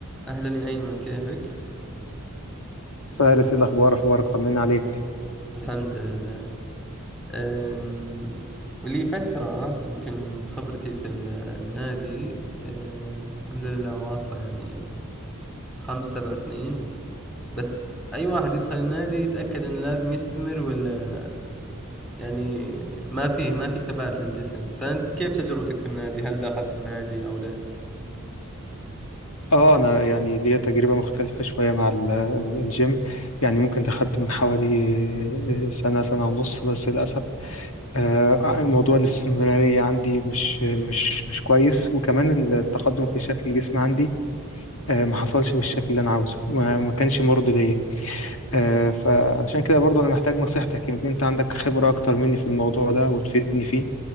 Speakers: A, in the centre; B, on the left (about 75°).
A: أهلا يا أيمن كيفك؟
B: فارس إيه الأخبار أخبارك طمنا عليك
A: الحمد لله أم... لي فترة يمكن خبرتي في ال- النادي أه... الحمد لله واصلة يعني خمس سبع سنين بس أي واحد يدخل النادي يتأكد إنه لازم يستمر ولا يعني ما فيه ما في ثبات للجسم فأنت كيف تجربتك في النادي؟ هل دخلت النادي أو لا؟
B: آه أنا يعني ليا تجربة مختلفة شوية مع ال- ال- الجيم يعني ممكن دخلته من حوالي آه، سنة سنة ونص بس للأسف آه، موضوع الاستمرارية عندي مش مش مش كويس وكمان التقدم في شكل الجسم عندي آه، ما حصلش بالشكل اللي أنا عاوزه وما ما كانش مرضي ليا آه، فعشان كده برضو أنا محتاج نصيحتك يمكن أنت عندك خبرة أكتر مني في الموضوع ده وتفيدني فيه